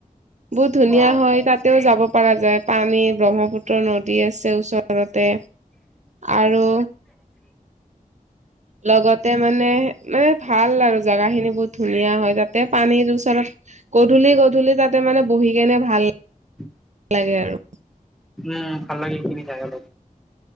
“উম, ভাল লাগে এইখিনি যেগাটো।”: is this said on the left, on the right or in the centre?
Centre